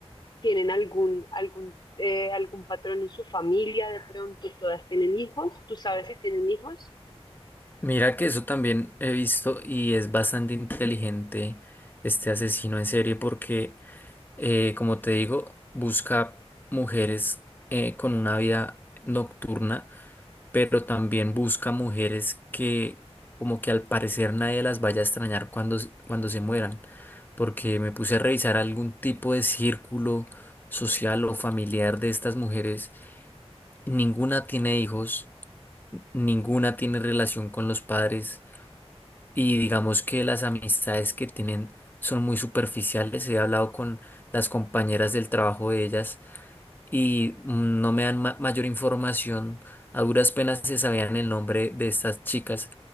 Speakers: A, on the left; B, on the left.
A: tienen algún, algún, eh, algún patrón en su familia, de pronto todas tienen hijos, ¿tú sabes si tienen hijos?
B: Mira que eso también he visto y es bastante inteligente este asesino en serie porque, eh, como te digo, busca mujeres eh, con una vida nocturna, pero también busca mujeres que como que al parecer nadie las vaya a extrañar cuando, s- cuando se mueran, porque me puse a revisar algún tipo de círculo social o familiar de estas mujeres. Ninguna tiene hijos, ninguna tiene relación con los padres. Y digamos que las amistades que tienen son muy superficiales. He hablado con las compañeras del trabajo de ellas y mm, no me dan ma- mayor información. A duras penas se sabían el nombre de estas chicas,